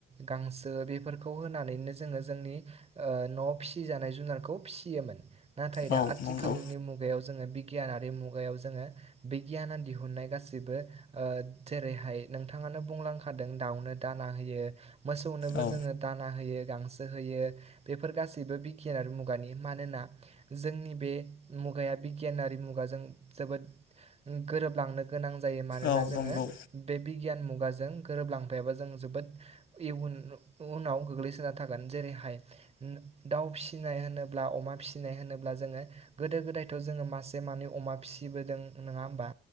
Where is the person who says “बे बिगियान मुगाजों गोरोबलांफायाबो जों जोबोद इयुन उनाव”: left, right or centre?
Right